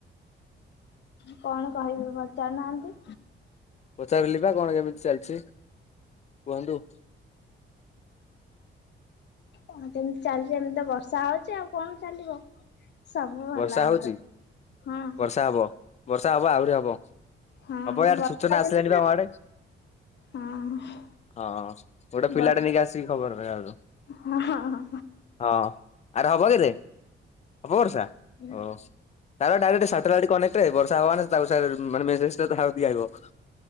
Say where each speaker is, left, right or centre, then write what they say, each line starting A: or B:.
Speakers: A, on the left (about 60°); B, on the left (about 35°).
A: କଣ କହିବି ପଚାରୁନାହାନ୍ତି?
B: ପଚାରିଲି ବା କଣ କେମିତି ଚାଲିଛି କୁହନ୍ତୁ?
A: କଣ କେମିତି ଚାଲିଛି ଏମିତି ତ ବର୍ଷା ହଉଛି ଆଉ କଣ ଚାଲିବ। ସବୁ ଭଲ
B: ବର୍ଷା
A: ଆମର।
B: ହଉଛି
A: ହଁ।
B: ବର୍ଷା ହବ। ବର୍ଷା ହବ ଆହୁରି ହବ।
A: ହଁ
B: ହବ ଇଆଡେ
A: ବର୍ଷା
B: ସୂଚନା
A: ଦିନ
B: ଆସିଲାଣି ବା
A: ନା
B: ଆମ ଆଡେ।
A: ହଁ
B: ହଁ ଗୋଟେ ପିଲାଟା
A: ବର୍ଷା
B: ନେଇକି ଆସିକି ଖବର ଦେବାକୁ।
A: ହଁ ହଁ
B: ହଁ ଆରେ ହବ କିରେ ହବ ବର୍ଷା?
A: ହଁ
B: ଓ। ତାପାଖେ ଡାଇରେକ୍ଟ ସାଟେଲାଇଟ କନେକ୍ଟ ବର୍ଷା ହବ ମାନେ ତାକୁ ସେ ମେସେଜଟା ତା ପାଖକୁ ଆଇବ।